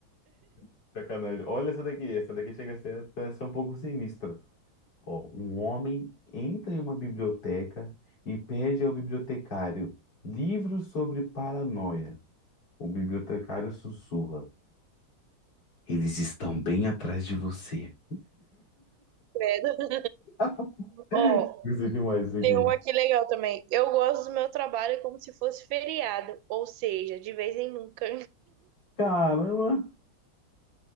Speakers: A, on the left (about 60°); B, on the right (about 75°).
A: <laughs> Sacanagem. Olha essa daqui. Essa daqui chega a ser, a ser um pouco sinistra. Ó, um homem entra em uma biblioteca e pede ao bibliotecário livros sobre paranoia. O bibliotecário sussurra. Eles estão bem atrás de você.
B: credo.
A: <laughs>
B: Ó,
A: Gostei demais disso aqui.
B: tem uma aqui legal também. Eu gosto do meu trabalho como se fosse feriado, ou seja, de vez em nunca.
A: Caramba!